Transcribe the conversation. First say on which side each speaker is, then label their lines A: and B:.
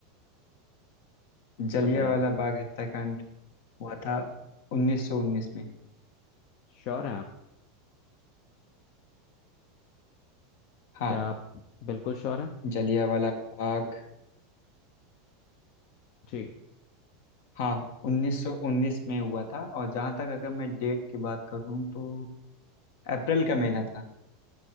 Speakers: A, on the left (about 65°); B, on the left (about 50°).
A: हूँ जलियांवाला
B: बताइए आप
A: बाग हत्याकांड हुआ था 1919 में
B: श्योर हैं आप
A: हाँ
B: क्या आप बिल्कुल श्योर हैं
A: जलियांवाला बाग
B: जी
A: हाँ 1919 में हुआ था और जहाँ तक अगर मैं डेट की बात करूँ तो अप्रैल का महीना था